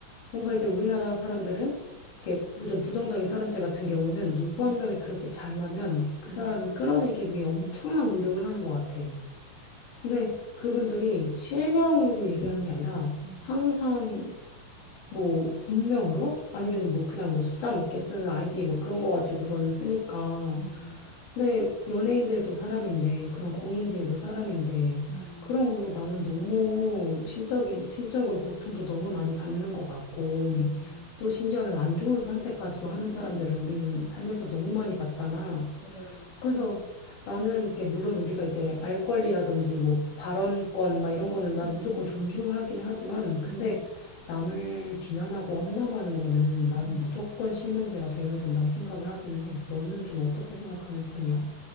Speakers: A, on the left; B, on the right.
A: 뭔가 이제 우리나라 사람들은 이렇게 뭐좀 부정적인 사람들 같은 경우에는 누구
B: 음,
A: 한 명이 그렇게 잘나면 그
B: 음,
A: 사람을 끌어내기 위해 엄청난 노력을 하는 것 같아. 근데 그분들이 실명으로 얘기를 하는 게 아니라
B: 음,
A: 항상 뭐 익명으로 아니면은
B: 음,
A: 뭐 그냥 뭐 숫자 몇 개 쓰는 아이디 뭐 그런 거 가지고서는 쓰니까
B: 음,
A: 근데 연예인들도 사람인데 그런
B: 음,
A: 공인들도 사람인데
B: 음,
A: 그런 걸로 나는 너무 심적인 심적으로 고통도 너무 많이 받는 것 같고
B: 음,
A: 또 심지어는 안 좋은 선택까지도 하는 사람들을 우리는 살면서 너무 많이 봤잖아.
B: 그래.
A: 그래서 나는 이렇게 물론 우리가 이제 알 권리라든지 뭐 발언권 막 이런 거는 나
B: 음,
A: 무조건
B: 음,
A: 존중하긴 하지만 근데
B: 음,
A: 남을 비난하고 험담하는 거는 나는
B: 음.
A: 무조건 실명제가 되어야 된다고 생각을 하기는 해. 너는 좀 어떻게 생각하는 편이야?